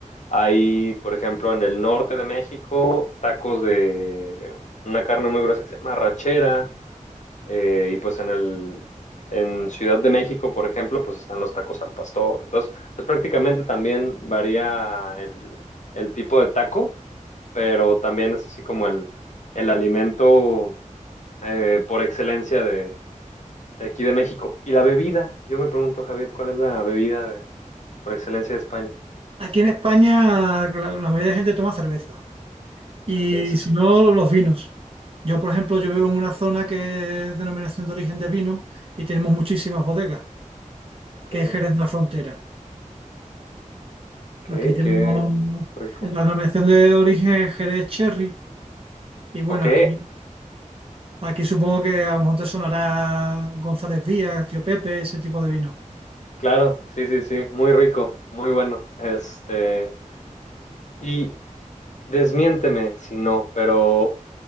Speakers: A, on the left; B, on the right.
A: hay, por ejemplo, en el norte de México, tacos de una carne muy gruesa que se llama rachera eh, y pues en el, en Ciudad de México, por ejemplo, pues están los tacos al pastor. Entonces, pues prácticamente también varía el, el tipo de taco, pero también es así como el, el alimento eh, por excelencia de, de aquí de México. Y la bebida, yo me pregunto, Javier, ¿cuál es la bebida de- por excelencia de España?
B: aquí en España la, la mayoría de gente toma cerveza
A: Cerveza,
B: y si no, los vinos. Yo, por ejemplo,
A: los
B: yo vivo
A: vi.
B: en una zona que es denominación de origen de vino y tenemos muchísimas bodegas,
A: Ok,
B: que es Jerez de la Frontera.
A: ok,
B: Aquí tenemos
A: qué rico.
B: la denominación de origen es Jerez Cherry Y bueno,
A: Ok,
B: aquí, aquí supongo que a lo mejor te sonará González Díaz, Tío Pepe, ese tipo de vino.
A: claro, sí, sí, sí, muy rico, muy bueno. Este. Y desmiénteme si no, pero